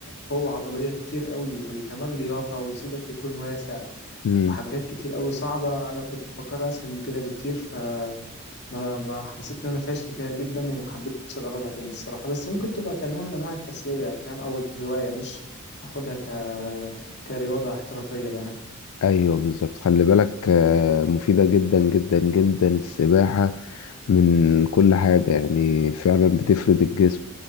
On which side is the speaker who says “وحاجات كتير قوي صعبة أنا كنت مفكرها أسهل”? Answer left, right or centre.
Left